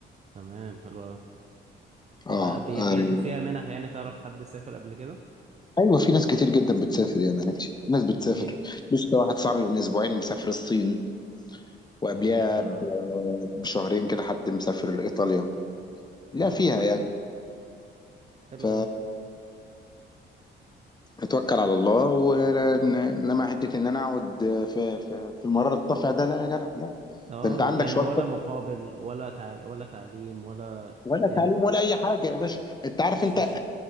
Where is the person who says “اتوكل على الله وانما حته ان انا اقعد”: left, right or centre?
Left